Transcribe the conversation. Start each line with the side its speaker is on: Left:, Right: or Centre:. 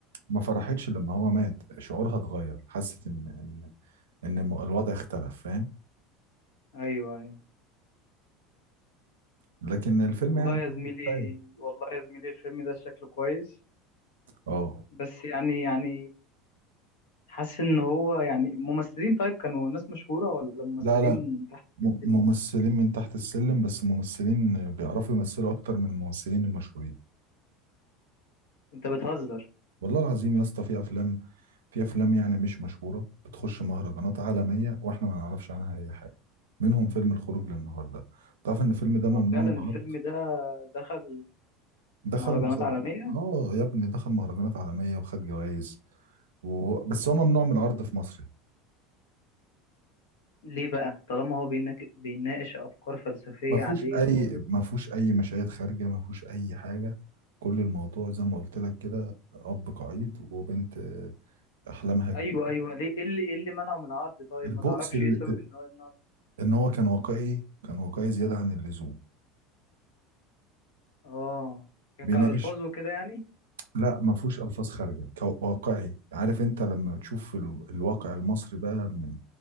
Right: ما فرحتش لما هو مات شعورها اتغير حست ان ان ان الم- الوضع اختلف فاهم
Left: ايوه ايوه
Right: لكن الفيلم
Left: والله
Right: يعني
Left: يا زميلي
Right: طيب.
Left: والله يا زميلي الفيلم ده شكله كويس
Right: اه
Left: بس يعني يعني حاسس ان هو يعني ممثلين طيب كانوا ناس مشهورة ولا ممثلين
Right: لا لا
Left: تحت
Right: م-
Left: السلم
Right: ممثلين من تحت السلم بس ممثلين بيعرفوا يمثلوا اكتر من الممثلين المشهورين
Left: انت بتهزر
Right: والله العظيم يا اسطى في افلام في افلام يعني مش مشهوره بتخش مهرجانات عالميه واحنا ما نعرفش عنها اي حاجه منهم فيلم الخروج للنهارده تعرف ان الفيلم ده
Left: هو
Right: ممنوع
Left: فعلا
Right: من العرض
Left: الفيلم ده دخل
Right: دخل
Left: مهرجانات
Right: مسابقه
Left: عالمية
Right: اه يا ابني دخل مهرجانات عالميه وخد جوائز و... بس هو ممنوع من العرض في مصر
Left: ليه بقى طالما هو بيناك- بيناقش افكار فلسفية
Right: ما فيهوش
Left: عادية
Right: اي
Left: خالص
Right: ما فيهوش اي مشاهد خارجه ما فيهوش اي حاجه كل الموضوع زي ما قلت لك كده اب قعيد وبنت آه، احلامها كبيره
Left: ايوه ايوه ليه ايه اللي ايه اللي منعه من العرض طيب
Right: البؤس
Left: ما تعرفش
Right: ال-
Left: ايه سبب ان هو يمنعه
Right: ان هو كان واقعي كان واقعي زياده عن اللزوم
Left: اه ك-
Right: بيناقش
Left: كألفاظ وكده يعني
Right: لا ما فيهوش الفاظ خارجه كو- واقعي عارف انت لما تشوف ال- الواقع المصري بقى من